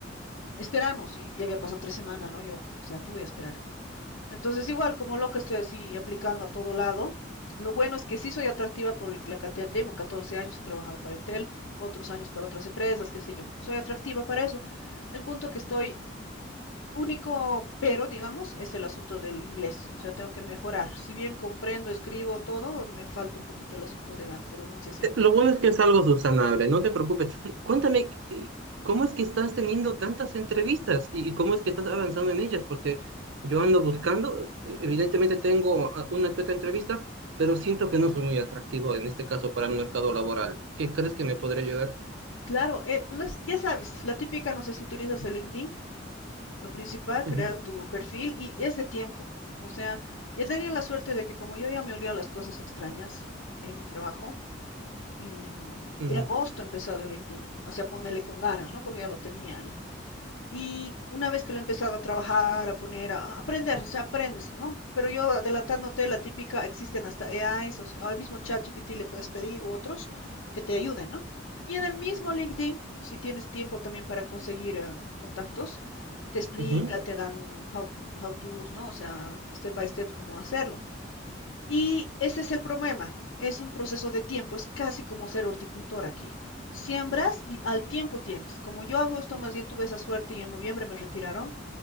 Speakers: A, on the left (about 80°); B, on the right (about 70°).
A: esperanos, y ya habían pasado tres semanas, ¿no? Yo, o sea, ¿qué voy a esperar? Entonces, igual, como loca estoy así aplicando a todo lado. Lo bueno es que sí soy atractiva por el- la cantidad de tiempo, 14 años he trabajado para Entel, otros años para otras empresas, qué sé yo. Soy atractiva para eso. El punto que estoy único, pero digamos, es el asunto del inglés. O sea, tengo que mejorar. Si bien comprendo, escribo todo, me falta un poquito el asunto de la pronunciación.
B: Lo bueno es que es algo subsanable, no te preocupes. Cuéntame, eh, ¿cómo es que estás teniendo tantas entrevistas y y cómo es que estás avanzando en ellas? Porque yo ando buscando, eh, evidentemente tengo ah, una que otra entrevista, pero siento que no soy muy atractivo en este caso para el mercado laboral. ¿Qué crees que me podría ayudar?
A: Claro, eh, las- ya sabes, la típica, no sé si utilizas el LinkedIn. Lo principal, crear
B: <laughs>
A: tu perfil y es de tiempo. O sea, he tenía la suerte de que como yo ya me olía las cosas extrañas en mi trabajo, em,
B: Ujú,
A: en agosto he empezado el LinkedIn, o sea, ponerle con ganas, ¿no? Porque ya lo tenía ahí. Y una vez que lo he empezado a trabajar, a poner, a aprender, o sea, aprendes, ¿no? Pero yo adelantándote, la típica, existen hasta AIs, o sea, al mismo ChatGPT le puedes pedir u otros que te ayuden, ¿no? Y en el mismo LinkedIn, si tienes tiempo también para conseguir eh, contactos, te explica,
B: mm, ujú,
A: te dan how, how to's, ¿no? O sea, step by step cómo hacerlo. Y ese es el problema. Es un proceso de tiempo, es casi como ser horticultor aquí. Siembras y al tiempo tienes. Como yo hago esto, más bien tuve esa suerte y en noviembre me retiraron,